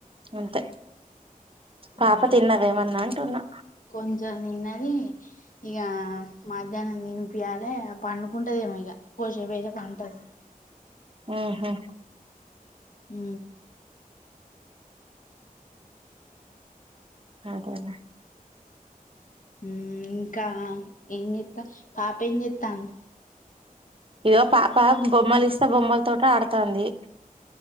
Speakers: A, on the right; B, on the left.
A: అంతే పాప
B: అంతే
A: తిన్నద ఏమన్నా అంటున్నా
B: కొంచెం. తిన్నది. ఇగా. మధ్యాహ్నం తినిపియాలె పండుకుంటదెమో ఇగ కోసేపయితే పంటది.
A: ఊహు
B: ఊ
A: అదేలే
B: ఊ ఇంకా ఏంచేత్త పాప ఏం చేత్తాంది.
A: ఇదిగో పాప బొమ్మలిస్తే బొమ్మలతోటాడతాంది.